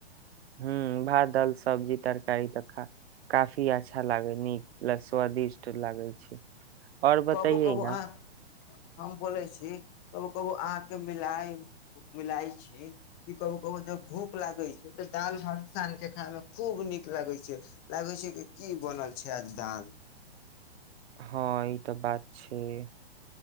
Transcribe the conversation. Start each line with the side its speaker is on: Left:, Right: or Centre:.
Right: ह्म भात दल सब्जी तरकारी तऽ खा काफी अच्छा लागे नीक ल स्वादिष्ट लागै छैइ आओर बतइयै
Left: कबो कबो
Right: न
Left: अहाँ हम बोलै छी कबो कबो अहाँके मिलाय मिलाय छी कि कबो कबो जब भूख लागै छैइ तऽ दालि भात सान के खायमे खूब नीक लगै छैइ लागै छैइ कि की बनल छैइ आज दालि
Right: हँ ई तऽ बात छैइ